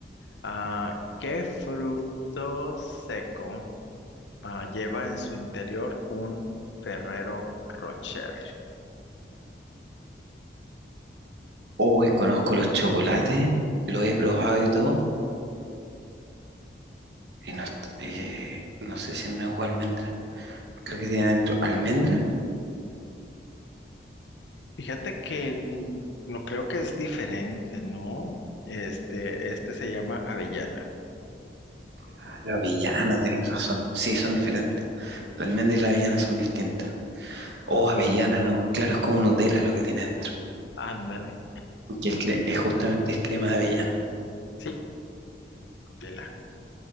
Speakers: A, on the left; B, on the right.
A: Ah, ¿qué fruto seco ah, lleva en su interior un Ferrero Rocher?
B: hoy conozco los chocolates, los he probado y todo, y no, est- eh, no sé si es nuevo almendra, creo que tiene dentro almendra,
A: Fíjate que mm, no creo que es diferente, ¿no? Este, este se llama avellana.
B: ah, la avellana, tenéis razón, sí, son diferentes,
A: Sí.
B: la almendra y la avellana son distintas. o
A: Ah,
B: avellana, ¿no? Claro, es como Nutella lo que tiene dentro.
A: ándale.
B: Que es, cre- es justamente es crema de avellana.
A: Sí, Tela.